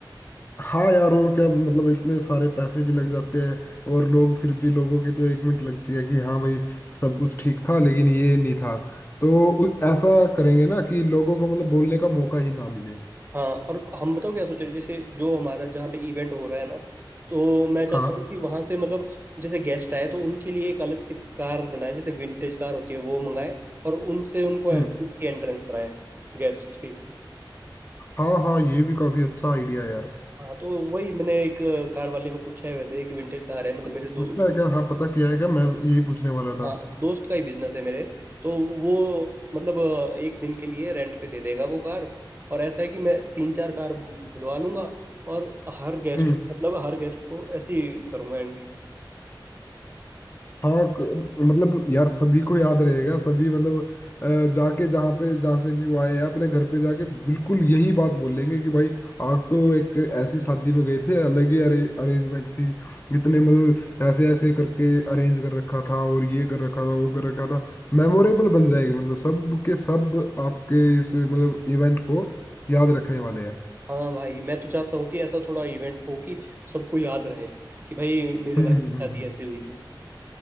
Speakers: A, on the left (about 30°); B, on the right (about 25°).
A: हाँ यार और क्या मतलब इतने सारे पैसे भी लग जाते हैं और लोग फिर भी लोगों की तो एक मिनट लगती है कि हाँ भाई सब कुछ ठीक था लेकिन ये नहीं था तो उ- ऐसा करेंगे ना कि लोगों को मतलब बोलने का मौका ही ना मिले
B: हाँ और हम बताओ क्या सोच रहे हैं? जैसे जो हमारा जहाँ पे इवेंट हो रहा है ना तो मैं चाहता
A: हाँ
B: हूँ कि वहाँ से मतलब जैसे गेस्ट आए तो उनके लिए एक अलग से कार बनाए जैसे विंटेज कार होती है वो मंगाए और उनसे उनको
A: हम्म
B: उनकी एंट्रेंस कराए गेस्ट की
A: हाँ हाँ ये भी काफी अच्छा आइडिया है यार
B: हाँ तो वही मैंने एक कार वाले को पूछा है वैसे एक विंटेज कार है मतलब
A: पूछना
B: मेरे दो
A: है
B: दो
A: क्या हाँ पता किया है क्या मैं यही पूछने वाला
B: हाँ
A: था
B: दोस्त का ही बिजनेस है मेरे तो वो मतलब अ, एक दिन के लिए रेंट पे दे देगा वो कार और ऐसा है कि मैं तीन चार कार बुलवा लूंगा और हर गेस्ट
A: हम्म
B: को मतलब हर गेस्ट को ऐसे ही करूंगा एंट्री
A: हाँ क- मतलब यार सभी को याद रहेगा सभी मतलब अ, जाके जहाँ पे जहाँ से भी वो आए या अपने घर पे जाके बिल्कुल यही बात बोलेंगे कि भाई आज तो एक ऐसी शादी में गए थे अलग ही अरे, अरेंजमेंट थी इतने मतलब ऐसे ऐसे करके अरेंज कर रखा था और ये कर रखा था वो कर रखा था मेमोरेबल बन जाएगी मतलब सब के सब आपके इस मतलब इवेंट को याद रखने वाले हैं
B: हाँ भाई मैं तो चाहता हूँ कि ऐसा थोड़ा इवेंट हो कि सबको याद रहे कि भाई मेरे
A: हम्म
B: भाई की
A: हम्म हम्म,
B: शादी
A: हम्म।
B: ऐसे हुई थी